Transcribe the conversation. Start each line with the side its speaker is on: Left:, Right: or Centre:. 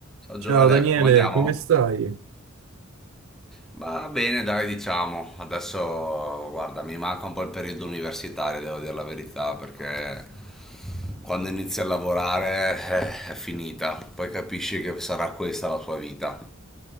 Centre: Ciao
Right: Ciao
Centre: Gioele,
Right: Daniele,
Centre: come andiamo?
Right: come stai?
Centre: Va bene, dai, diciamo. Adesso, guarda, mi manca un po' il periodo universitario, devo dire la verità, perché quando inizi a lavorare, eh, è finita. Poi capisci che sarà questa la tua vita.